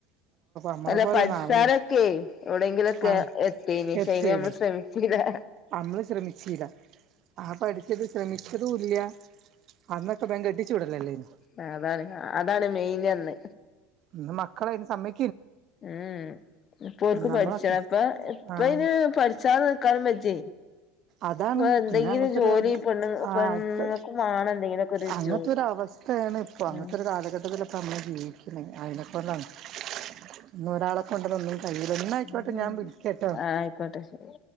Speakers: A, on the right; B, on the left.
A: നമ്മളെ
B: അല്ല
A: പോലൊന്നും
B: പഠിചാലൊക്കെ
A: ആവണ്ട
B: എവിടെയങ്കിലൊക്കെ
A: ആ
B: എത്തീനു
A: എത്തേനു
B: ഷേ അയ്നമ്മൾ ശ്രമിച്ചിലാ
A: നമ്മള് ശ്രമിചീല ആ പഠിച്ചത് ശ്രമിച്ചതുംല്ല അന്നൊക്കെ ബേം കെട്ടിച്ചുവിടലല്ലേനോ
B: അ അതാണ് അതാണ് മെയിനന്ന്
A: ഇന്ന് മക്കളയ്ന് സമ്മ
B: ഉം ഇപ്പോൽക്ക്
A: നമ്മളൊക്കെ
B: പഠിച്ച ഇപ്പ ഇപ്പയ്ന്
A: ആഹ്
B: പഠിച്ചാ ക്കാനും വെജ്ജ
A: അതാണ്
B: പ്പൊ എന്തെങ്കിലും
A: ഇന്ന് അങ്ങനത്തൊരു
B: ജോലി പെണ്ണ്
A: ആഹ്
B: പെണ്ണുങ്ങക്കും
A: ക്ക്
B: വാണം എന്തെങ്കിലുക്കെ ഒരു
A: അങ്ങനത്തെ
B: ജോലി
A: ഒരു അവസ്ഥയാണ് ഇപ്പോ അങ്ങനത്തെരു
B: ഉം
A: കാലഘട്ടത്തിലൊക്കെ നമ്മൾ പിന്നെ അയിനക്കന്ന <unintelligible> ഇന്ന് ഒരാളെ കൊണ്ട്തൊന്നും കയ്യിണില്ല ന്നാ ആയിക്കോട്ടെ
B: ഉം
A: ഞാൻ വിളിക്കട്ടോ <inaudible>
B: ആയിക്കോട്ടെ ശരി